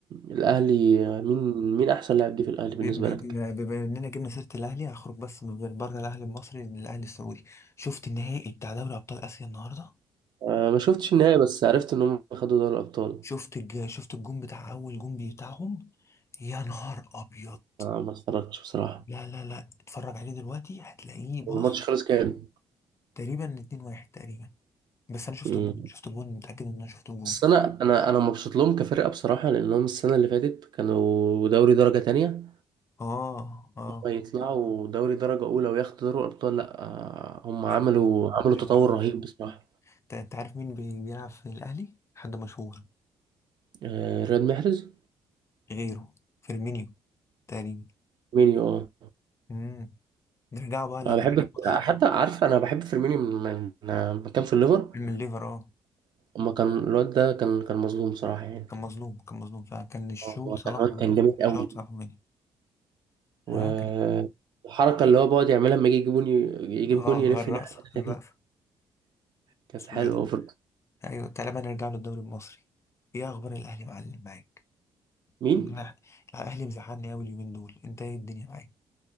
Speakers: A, on the right (about 60°); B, on the left (about 35°).
A: الاهلي آه، مين مين احسن لاعب جه في الاهلي
B: ب-
A: بالنسبه
B: ب-
A: لك
B: ب- بما اننا جبنا سيره الاهلي هخرج بس من غير بره الاهلي المصري للاهلي السعودي شفت النهائي بتاع دوري ابطال اسيا النهارده
A: آه، ما شفتش النهائي بس عرفت ان هم خدوا دوري الابطال
B: شفت الج... شفت الجون بتاع اول جون بتاعهم يا نهار ابيض
A: آه، ما اتفرجتش بصراحه
B: لا لا لا اتفرج عليه دلوقتي هتلاقيه بص
A: الماتش خلص كام
B: تقريبا 2 1 تقريبا بس انا شفت
A: مم.
B: الجون شفت الجون متاكد ان انا شفت الجون
A: بس انا انا انا مبسوط لهم كفرقه بصراحه لانهم السنه اللي فاتت كانوا دوري درجه تانية
B: اه اه
A: ما يطلعوا دوري درجة أولى وياخدوا دوري الأبطال لأ آه، هم عملوا
B: جميل
A: عملوا
B: لا
A: تطور
B: لا جميل.
A: رهيب بصراحة
B: انت أنت عارف مين بي- بيلعب في الاهلي حد مشهور
A: آه، رياض محرز
B: غيره فيرمينيو تقريبا
A: فيرمينيو اه
B: امم نرجع بقى للأهلي
A: أنا بحب
B: المصري
A: حتى عارف أنا بحب فيرمينيو من من آه، من كان في الليفر
B: من الليفر اه
A: أما كان الواد ده كان كان مظلوم صراحة يعني
B: كان مظلوم كان مظلوم فعلا كان الشغل
A: آه، هو كان
B: صلاح
A: الواد
B: ومين
A: كان جامد
B: الشغل
A: قوي
B: صلاح ومين
A: والحركة
B: ها كان
A: اللي هو بيقعد يعملها لما يجي يجيب جون يجيب
B: اه
A: جون يلف
B: الرقصة
A: الناحية التانية
B: الرقصة
A: دي كانت
B: اسمه
A: حلوة
B: ايه ده
A: أوي في
B: ايوه تعالى بقى نرجع للدوري المصري ايه اخبار الأهلي معلم معاك
A: مين؟
B: لا الأهلي مزعلني أوي اليومين دول انت ايه الدنيا معاك